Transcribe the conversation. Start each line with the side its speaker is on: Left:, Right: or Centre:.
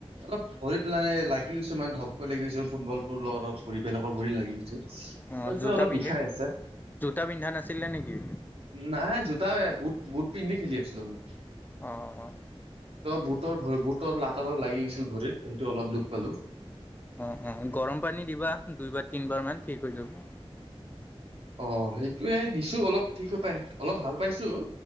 Right: অলপ ভৰিত লা লাগি গৈছিল মানে ধপকৈ লাগি গৈছিল ফুটবলটোৰ লগত অলপ ভৰি বেলেগৰ ভৰি লাগি গৈছিল।
Left: অ',
Right: ত' এতিয়া
Left: জোতা
Right: অলপ
Left: পিন্ধে
Right: বিষাই আছে
Left: জোতা পিন্ধা নাছিলে নেকি?
Right: নাই জোতা বুট বুট পিন্ধি খেলি আছিলোঁ আমি।
Left: অ'।
Right: ত' বুটৰ ভ বুটৰ লাত অলপ লাগি গৈছিল ভৰিত তো অলপ দুখ পালো।
Left: অ', অ', গৰম পানী দিবা দুইবাৰ, তিনিবাৰ মান ঠিক হৈ যাব।
Right: অ', সেইটোয়ে দিছো অলপ ঠিক হৈ পাই, অলপ ভাল পাইছো।